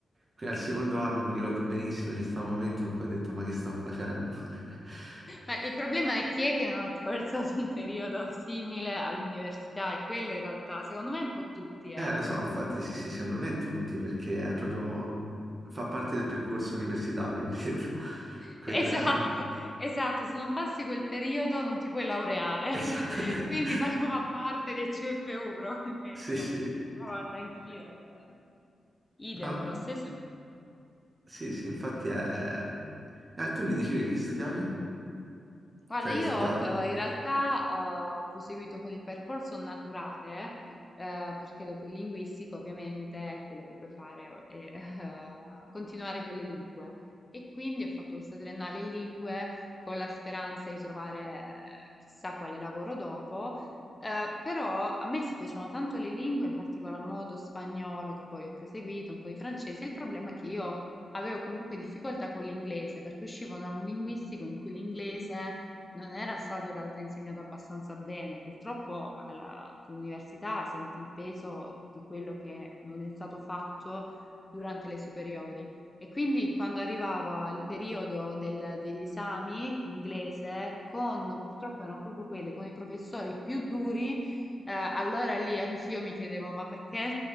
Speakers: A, on the right; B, on the left.
A: Quindi al secondo anno mi ricordo benissimo, c'è stato un momento in cui ho detto ma che sto facendo? <laughs>
B: Ma il problema è chi è che non ha attraversato un periodo simile all'università, e quello in realtà, secondo me, è un po' tutti, eh.
A: Eh, lo so, infatti sì, sì, secondo me tutti, perché è proprio, fa parte del percorso universitario, <laughs> credo.
B: <laughs>
A: Quella...
B: Esatto, esatto, se non passi quel periodo non ti puoi laureare,
A: Esa-
B: <laughs>
A: <laughs>
B: quindi fa fa parte del CFU probabilmente.
A: Sì, sì.
B: No, guarda, anch'io, eh, idem,
A: No,
B: lo stesso.
A: sì, sì, infatti è... Eh, tu mi dicevi che studiavi?
B: Guarda,
A: Cioè, che
B: io
A: hai studiato?
B: eh, in realtà eh, ho proseguito con il percorso naturale, eh, perché dopo il linguistico ovviamente quello che puoi fare è eh, <laughs> continuare con le lingue. E quindi ho fatto questa triennale in lingue con la speranza di trovare eh, chissà quale lavoro dopo. Eh, però a me si piacevano tanto le lingue, in particolar modo spagnolo, che poi ho proseguito, un po' di francese. Il problema è che io avevo comunque difficoltà con l'inglese, perché uscivo da un linguistico in cui l'inglese non era stato in realtà insegnato abbastanza bene. Purtroppo alla- con l'università sentì il peso di quello che non è stato fatto durante le superiori. E quindi quando arrivava il periodo del- degli esami di inglese, con, purtroppo erano proprio quelli, con i professori più duri, eh, allora lì anch'io mi chiedevo, ma perché